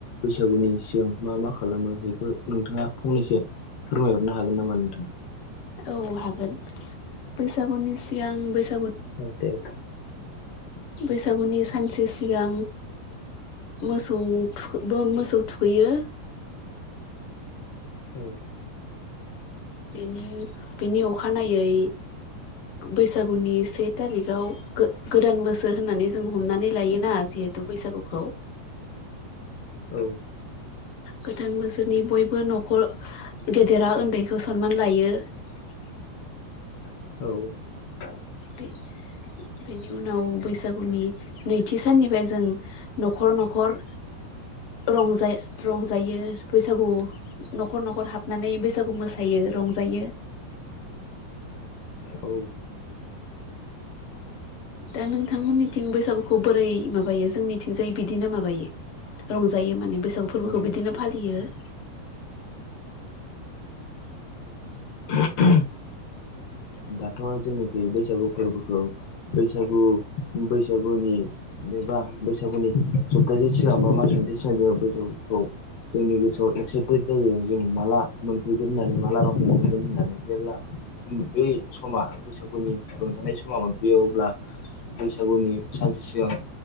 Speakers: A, on the left (about 65°); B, on the left (about 85°).
A: बैसागुनि सिगां मा मा खालामो बेखौ नोंथाङा फंनैसो फोरमायहरनो हागोन नामा नोंथां
B: औ हागोन बैसागुनि सिगां बैसा -
A: औ दे
B: बैसागुनि सानसे सिगां मोसौ थु मोसौ थुखैयो
A: औ
B: बेनि बेनि अखानायै बैसागुनि से थारिगआव गो गोदान बोसोर होननानै जों हमनानै लायोना जिहेथु बैसागुखौ
A: औ
B: गोदान बोसोरनि बयबो नखर गेदेरा उन्दैखौ सनमान लायो <unintelligible>
A: औ
B: बे बेनि उनाव बैसागुनि नैथि साननिफ्राय जों न'खर न'खर रंजा रंजायो बैसागु न'खर न'खर हाबनानै बैसागु मोसायो ओ रंजायो
A: औ
B: दा नोंथांमोननिथिं बैसागुखौ बोरै माबायो? जोंनिथिंजाय बिदिनो माबायो रंजायो माने बैसागु फोरबोखौ
A: ओ
B: बिदिनो फालियो ।
A: औ <unintelligible> दाथ' जोंनिखै बैसागु फोरबोखौ बैसागु बैसागुनि एबा बैसागुनि सप्तासे सिगां बा मास मोनसो सिगां जोंङो बैसागुखौ जोंनि गोसोआव एक्साइटेड जायो, जों माला मोनफैगोन होननानै माला रंजानाय मोनगोन होननानै? जेब्ला उम बे समा बैसागुनि रंजानाय समा मोनफैयो अब्ला बैसागुनि सानसे सिगां